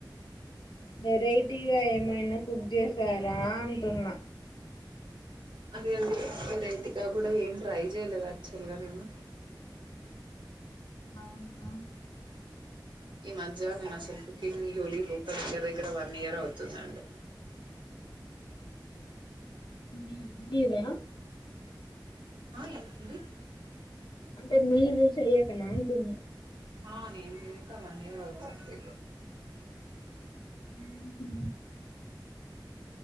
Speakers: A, on the left (about 70°); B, on the right (about 70°).
A: వెరైటీగా ఏమైనా కుక్ జేసారా అంటున్నా
B: అదే అండి వెరైటీగా గూడా ఏం ట్రై జేలేదు ఆక్చల్గా నేను
A: అవునా
B: ఈ మధ్య నేన్ అసల్ కుకింగ్ జోలీ బోక దగ్గర దగ్గర వన్నీయియర్ అవుతుందండి
A: మీర్ మీరా
B: ఆ ఏంటండీ
A: అంటే మీరు చెయ్యకనా అంటున్నా
B: ఆ నెంజేయక వన్నీయర్ అవుతుంది
A: ఉమ్మ్ హు